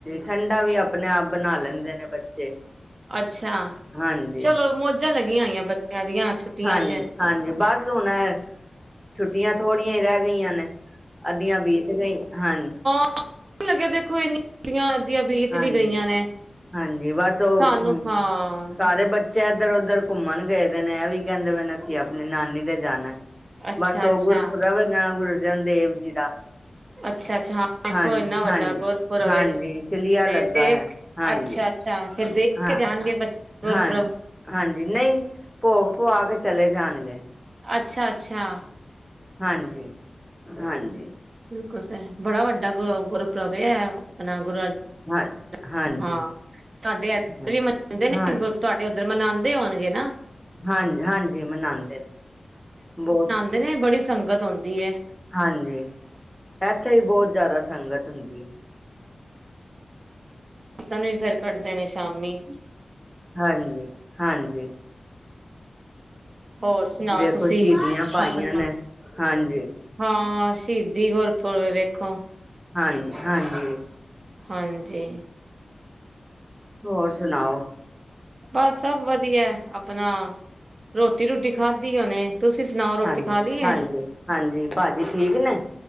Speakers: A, in the centre; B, on the right.
A: ਠੰਡਾ ਵੀ ਆਪਣੇਂ ਆਪ ਬਣਾਂ ਲੈਂਦੇਂ ਨੇਂ ਬੱਚੇ।
B: ਅੱਛਾ,
A: ਹਾਂਜੀ
B: ਚਲੋ ਮੌਜਾਂ ਲੱਗੀਆਂ ਹੋਈਆਂ ਬੱਚਿਆਂ ਦੀਆਂ। ਛੁੱਟੀਆਂ
A: ਹਾਂਜੀ,
B: ਚ
A: ਹਾਂਜੀ ਬਸ ਹੁਣ ਛੁੱਟੀਆਂ ਥੋੜੀਆਂ ਹੀ ਰਹਿ ਗਈਆ ਨੇ। ਅੱਧੀਆਂ ਬੀਤ ਗਈ, ਹਨ
B: <unintelligible> ਲਗਿਆ ਦੇਖੋਂ ਏਨੀਂ। ਛੁੱਟੀਆਂ ਅੱਧੀਆਂ ਬੀਤ
A: ਹਾਂਜੀ
B: ਵੀ ਗਈਆਂ ਨੇ,
A: ਹਾਂਜੀ ਬਸ ਉਹ
B: ਸਾਨੂੰ
A: ਹਮ
B: ਹਾਂ
A: ਸਾਰੇ ਬੱਚੇ ਇੱਧਰ ਉੱਧਰ ਘੁੰਮਣ ਗਏ ਦੇ ਨੇ, ਐਵੀ ਕਹਿੰਦੇ ਪਏ ਨੇ ਅਸੀਂ ਆਪਣੀ ਨਾਨੀ ਦੇ ਜਾਣਾ।
B: ਅੱਛਾ
A: ਬਸ ਉਹ
B: ਅੱਛਾ
A: ਗੁਰਪੁਰਬ ਹੈਗਾ ਗੁਰ ਅਰਜਨ ਦੇਵ ਜੀ ਦਾ।
B: ਅੱਛਾ-ਅੱਛਾ ਹਾਂ ਦੇਖੋ
A: ਹਾਂਜੀ
B: ਇੰਨਾ ਵੱਡਾ
A: ਹਾਂਜੀ,
B: ਗੁਰਪੁਰਬ
A: ਹਾਂਜੀ।
B: ਏ
A: ਚਲੀਆਂ
B: ਤੇ
A: ਲੱਗਾ
B: ਦੇਖ
A: ਹੈਂ, ਹਾਂਜੀ
B: ਅੱਛਾ-ਅੱਛਾ ਫੇਰ
A: ਹਾਂ,
B: ਦੇਖ ਕੇ ਜਾਣਗੇ
A: ਹਾਂ,
B: ਬੱਚੇ ਗੁਰਪੁਰਬ
A: ਹਾਂ ਹਾਂਜੀ ਨਹੀਂ ਭੋਗ ਪਵਾ ਕੇ ਚਲੇਂ ਜਾਂਣਗੇ।
B: ਅੱਛਾ, ਅੱਛਾ।
A: ਹਾਂਜੀ- ਹਾਂਜੀ।
B: ਬਿਲਕੁਲ ਸਹੀ, ਬੜਾ ਵੱਡਾ ਗੁਰ ਗੁਰਪੁਰਬ ਇਹ ਹੈ ਆਪਣਾ ਗੁਰੂ ਅਰਜਨ
A: ਹਾਂ ਹਾਂਜੀ
B: ਹਾਂ ਸਾਡੇ ਇਧਰ
A: ਹਾਂ
B: ਵੀ ਮਨਾਉਂਦੇ ਨੇ
A: ਹਾਂ
B: ਗੁਰ ਤੁਹਾਡੇ ਉੱਧਰ ਮਨਾਉਂਦੇ ਹੋਣਗੇ ਨਾ।
A: ਹਾਂ ਹਾਂਜੀ ਮਨਾਉਂਦੇ ਨੇ ਬਹੁਤ
B: ਕਹਿੰਦੇ ਨੇ ਬੜੀ ਸੰਗਤ ਹੁੰਦੀ ਏ।
A: ਹਾਂਜੀ ਇੱਥੇ ਹੀ ਬਹੁਤ ਜ਼ਿਆਦਾ ਸੰਗਤ ਹੁੰਦੀ ਹੈ।
B: ਨਗਰ ਕੀਰਤਨ ਵੀ ਫੇਰ ਕੱਢਦੇ ਨੇ ਸ਼ਾਮੀ।
A: ਹਾਂਜੀ, ਹਾਂਜੀ
B: ਹੋਰ ਸੁਣਾਓ
A: ਦੇਖੋ
B: ਤੁਸੀਂ
A: ਸ਼ਹੀਦੀਆਂ ਪਾਈਆਂ
B: ਆਪਣਾ?
A: ਨੇ ਹਾਂਜੀ
B: ਹਾਂ ਸ਼ਹੀਦੀ ਗੁਰਪੁਰਬ ਵੇਖੋ
A: ਹਾਂਜੀ, ਹਾਂਜੀ
B: ਹਾਂਜੀ।
A: ਹੋਰ ਸੁਣਾਓ?
B: ਬਸ ਸਭ ਵਧੀਆ ਆਪਣਾ ਰੋਟੀ ਰੂਟੀ ਖਾਧੀ ਹੁਣੇ। ਤੁਸੀਂ ਸੁਣਾਓ? ਰੋਟੀ
A: ਹਾਂਜੀ,
B: ਖਾ ਲਈ ਹੈ
A: ਹਾਂਜੀ, ਹਾਂਜੀ, ਭਾਜੀ ਠੀਕ ਨੇ।